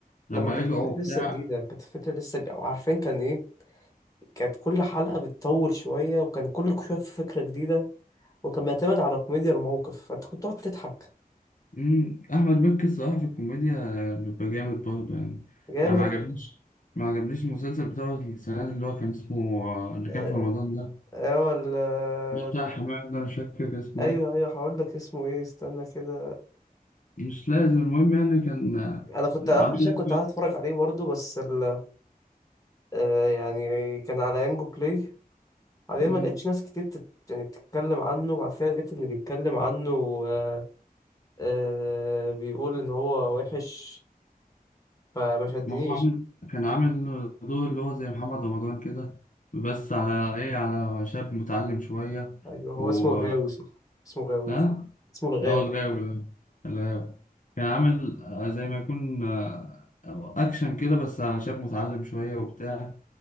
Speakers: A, on the left; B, on the left.
A: لما
B: لما كانت
A: رجعوا
B: الفكرة
A: بتاع
B: لسه جديدة كانت الفكرة لسه ج- وعارفين كان إيه كانت كل حلقة بتطول شوية وكان كل شوية في فكرة جديدة وكان بيعتمد على كوميديا الموقف فأنت كنت تقعد تضحك
A: مم. أحمد مكي الصراحة في الكوميديا بيبقى جامد برضه يعني
B: جامد
A: أنا ما مم. عجبنيش ما عجبنيش المسلسل بتاع السنة دي اللي هو كان اسمه آه، اللي
B: اه
A: كان في رمضان ده
B: آه، ولا-
A: اللي هو بتاع الحمام ده مش فاكر كان اسمه
B: ايوه
A: إيه
B: ايوه هقول لك اسمه ايه استنى كده
A: مش لازم المهم يعني كان آه،
B: انا كنت
A: عامل
B: آه، عشان
A: لك
B: كنت قاعد اتفرج عليه برضو بس ال... آه يعني كان على يانجو بلاي عليه
A: مم.
B: ما لقيتش ناس كتير بتت... يعني بتتكلم عنه وبعد كده لقيت اللي بيتكلم عنه آه آه، بيقول ان هو وحش فما شدنيش
A: ما هو عامل كان عامل دور اللي هو زي محمد رمضان كده بس على إيه على شاب متعلم شوية
B: ايوه هو
A: و
B: اسمه غاوي صح اسمه غاوي
A: ها؟
B: اسمه الغاوي
A: اه الغاوي ده. الغاوي كان عامل آه، زي ما يكون آه، اكشن كده بس على شاب متعلم شويه وبتاع